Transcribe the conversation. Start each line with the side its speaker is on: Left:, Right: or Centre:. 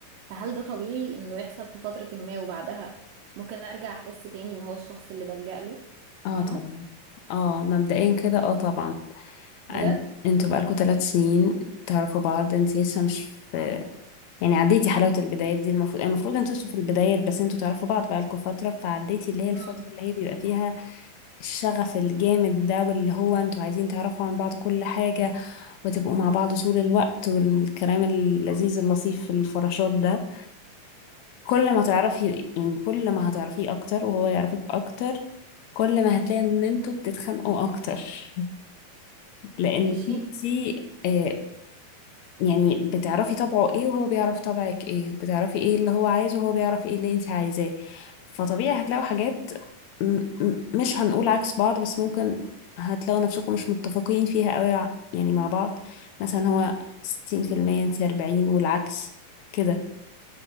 Right: فهل ده طبيعي انه يحصل في فترة ما وبعدها ممكن ارجع احس تاني ان هو الشخص اللي بلجأ له
Left: اه
Right: فاهمة
Left: طبعا اه مبدئيا كده اه طبعا
Right: بجد
Left: أن- انتوا بقالكوا ثلاث سنين تعرفوا بعض انت لسه مش في يعني عديتي حلاوة البدايات دي المفروض المفروض انتوا لسه في البدايات بس انتوا تعرفوا بعض بقالكوا فترة فعديتي اللي هي الفترة
Right: امم
Left: اللي هي بيبقى فيها الشغف الجامد ده واللي هو انتوا عايزين تعرفوا عن بعض كل حاجة وتبقوا مع بعض طول الوقت والكلام اللذيذ اللطيف في الفراشات ده كل ما تعرفي يعني كل ما هتعرفيه اكتر وهو يعرفك اكتر كل ما هتلاقي ان انتوا بتتخانقوا اكتر <laughs> لان
Right: ماشي
Left: انتي آه، يعني بتعرفي طبعه ايه وهو بيعرف طبعك ايه بتعرفي ايه اللي هو عايزه وهو بيعرف ايه اللي انت عايزاه فطبيعي هتلاقوا حاجات م- م- مش هنقول عكس بعض بس ممكن هتلاقوا نفسكم مش متفقين فيها قوي ع- يعني مع بعض مثلا هو 60% انت 40 والعكس كده